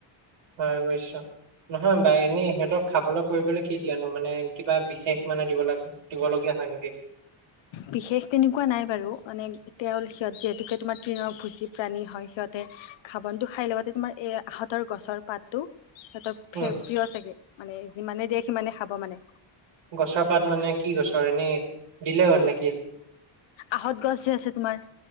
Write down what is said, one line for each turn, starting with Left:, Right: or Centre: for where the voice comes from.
Right: <unintelligible> নহয় বা এনেই সিহঁতক খাবলৈ কৰিবলৈ কি দিয়া নো? মানে কিবা বিশেষ মানে দিব লাগ দিবলগীয়া <unintelligible>
Left: বিশেষ তেনেকুৱা নাই বাৰু মানে তেল সিহঁত যিহেতুকে তোমাৰ তৃণভূজী প্ৰাণী হয়, সিহঁতে ঘাহ, বন টো খাই লগতে তোমাৰ এ, আহতৰ গছৰ পাতো। সিহঁতৰ প্ৰিয়
Right: উম
Left: চাগে মানে যিমানে দিয়ে সিমানে খাব মানে
Right: গছৰ পাত মানে কি গছৰ এনেই দিলেই হ'ল নেকি?
Left: আহত গছ যে আছে তোমাৰ